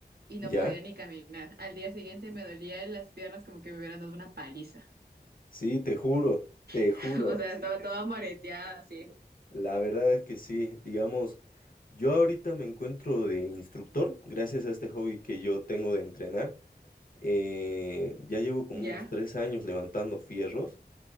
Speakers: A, on the right; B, on the left.
A: y no
B: Ya,
A: podía ni caminar. Al día siguiente me dolía las piernas como que me hubieran dado una paliza.
B: sí, te juro, te
A: <laughs>
B: juro.
A: O sea, Sí, estaba creo, toda moreteada así.
B: La verdad es que sí, digamos, yo ahorita me encuentro de instructor, gracias a este hobby que yo tengo de entrenar. Eh, ya llevo como
A: Ya.
B: unos tres años levantando fierros